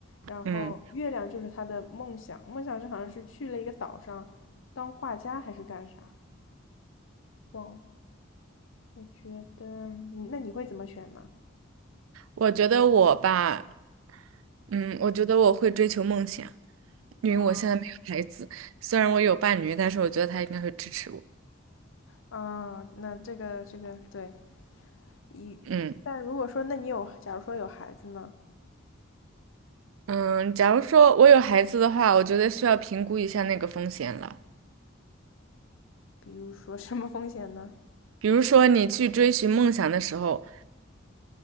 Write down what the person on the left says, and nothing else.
然后月亮就是他的梦想，
梦想是好像是去了一个岛上当画家还是干啥，忘了。我觉得，你那你会怎么选呢？
啊
啊，那这个这个对一，
但如果说那你有，假如说有孩子呢？
比如说什么风险呢？